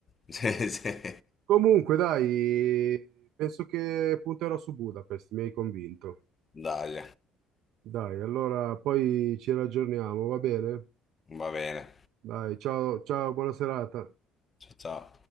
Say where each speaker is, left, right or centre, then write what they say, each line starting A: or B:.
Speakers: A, on the left; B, on the right.
A: <laughs> Sì, sì.
B: Comunque, dai, penso che punterò su Budapest, mi hai convinto.
A: Dai,
B: Dai, allora poi ci raggiorniamo, va bene?
A: va bene.
B: Dai, ciao, ciao, buona serata.
A: Ciao ciao.